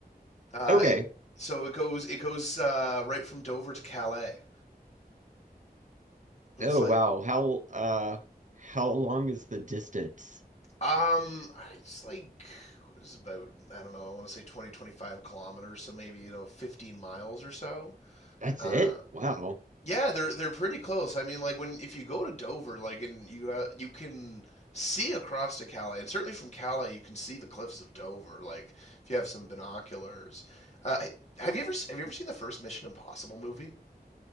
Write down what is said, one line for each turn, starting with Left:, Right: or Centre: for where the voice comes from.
Left: Uh,
Right: Okay.
Left: so it goes it goes uh, right from Dover to Calais. it's
Right: Oh
Left: like
Right: wow. How uh how long is the distance?
Left: um, it's like what is it about I don't know. I want to say 20, 25 kilometers, so maybe you know 15 miles or so.
Right: That's
Left: Uh,
Right: it? Wow.
Left: yeah, they're they're pretty close. I mean, like when if you go to Dover, like and you uh, you can see across to Calais, and certainly from Calais you can see the cliffs of Dover. Like if you have some binoculars. Uh, have you ever have you ever seen the first Mission Impossible movie?